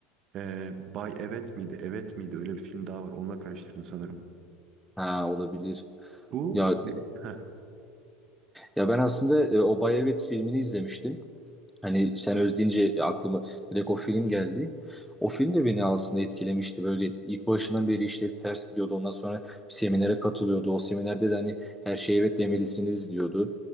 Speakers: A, on the right (about 40°); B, in the centre.
A: E, Bay Evet miydi? Evet miydi? Öyle bir film daha var. Onunla karıştırdın sanırım.
B: Ha olabilir.
A: Bu
B: Ya
A: Heh.
B: ya ben aslında e, Obay Evet filmini izlemiştim. Hani sen öyle deyince aklıma direkt o film geldi. O film de beni aslında etkilemişti. Böyle ilk başından beri işleri ters gidiyordu. Ondan sonra bir seminere katılıyordu. O seminerde de hani her şeye evet demelisiniz diyordu.